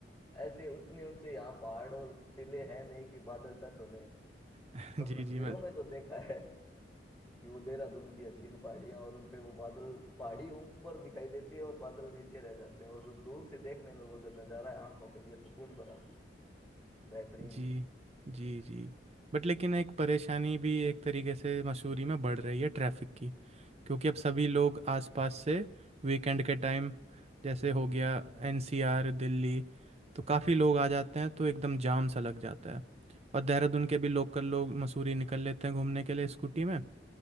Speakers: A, in the centre; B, on the right.
A: ऐसे उतने ऊंचे यहाँ पहाड़ और टीले हैं नहीं कि बादल टच हो जाए
B: <laughs>
A: पर
B: जी
A: तस्वीरों
B: जी मैं
A: में जो देखा है कि वो देहरादून की हसीन पहाड़ियाँ और उन पे वो बादल पहाड़ी ऊपर दिखाई देती है और बादल नीचे रह जाते हैं और जो दूर से देखने में वो जो नज़ारा है आंखों के लिए सुकून भरा बेहतरीन
B: जी जी जी बट लेकिन एक परेशानी भी एक तरीके से मसूरी में बढ़ रही है ट्रैफिक की क्योंकि अब सभी लोग आसपास से वीकेंड के टाइम जैसे हो गया
A: हम्म
B: एनसीआर दिल्ली तो काफ़ी लोग
A: हम्म
B: आ जाते हैं तो एकदम जाम सा लग जाता है और देहरादून के भी लोकल लोग मसूरी निकल लेते हैं घूमने के लिए स्कूटी में